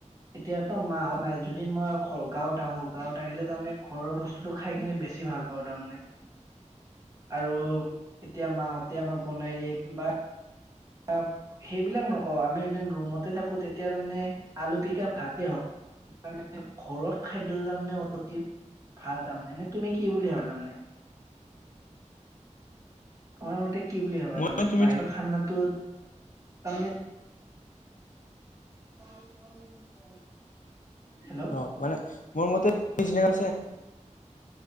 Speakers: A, on the right; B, on the left.
A: এতিয়াতো মাহত নাই যদি মই গাঁৱত আহো গাঁৱত আহিলে তাৰমানে ঘৰৰ বস্তুটো খাই কিনে বেছি ভাল পাওঁ তাৰমানে আৰু এতিয়া মাহ'ত তে আমাক বনাই দিয়ে বা অহ, সেইবিলাক নকওঁ আমি এদিন ৰুমতে থাকো তেতিয়া তাৰমানে আলু পিতিকা ভাতে হওঁক ঘৰুৱা খাদ্য তাৰমানে অতি ভাল তাৰমানে, এনে তুমি কি বুলি ভাবা তাৰমানে? মোৰ মতে কি বুলি ভাবা
B: মই
A: তাৰমানে,
B: তুমি
A: বাহিৰৰ খানটোত তাৰমানে <inaudible> হেল্ল'
B: অ' মানে মোৰ মতে <unintelligible> হেল্ল'